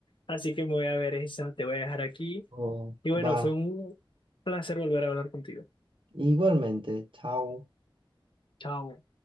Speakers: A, on the left (about 65°); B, on the right (about 70°).
A: así que me voy a ver esa, te voy a dejar aquí.
B: Oh,
A: Y bueno,
B: va,
A: fue un placer volver a hablar contigo.
B: igualmente, chao.
A: Chao.